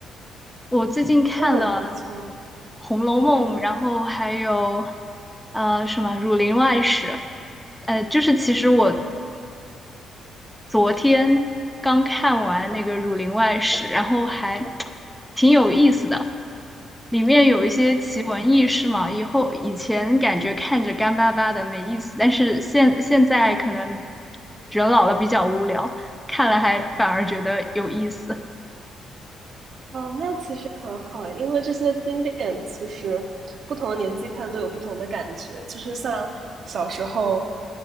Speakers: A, in the centre; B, on the right.
A: 我最近看了。
B: 那很不错，
A: 《红楼梦》，
B: 嗯，
A: 然后还有呃什么《儒林外史》，呃，就是其实我昨天刚看完那个《儒林外史》，然后还挺有意思的，里面有一些奇闻异事嘛。以后以前感觉看着干巴巴的没意思，但是现现在可能人老了比较无聊，看了还反而觉得有意思。
B: 哦，那其实很好，因为这些经典其实不同的年纪看都有不同的感觉，就是像小时候